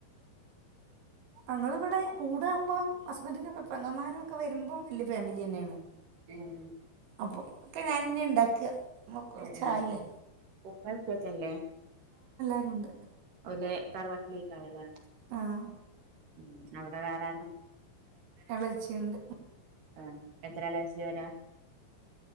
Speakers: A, on the right (about 85°); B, on the right (about 55°).
A: ങ്ങൾ ഇവിടെ കൂടകുമ്പോം ഹസ്ബൻഡ പ അങ്ങമാരും ഒക്കെ വരുമ്പോ വലയ ഫാമിലി തന്നെയാണ്.
B: ഉം
A: അപ്പൊ ഒക്കെ ഞാൻ തന്നെ ഉണ്ടാക്കുക. കുറച്ചായില്ലേ
B: എഏ ഉമ്മ ഉപ്പക്കല്ലേ.
A: ണ്ട് <unintelligible>
B: ലെ തറവാട്ടിലേക്ക്യലാണ്
A: ആഹ
B: ഉം അവിടെ വേറെ...
A: എളിച്ചുണ്ട്
B: ആഹ എത്രളാച്ചിയാരാ.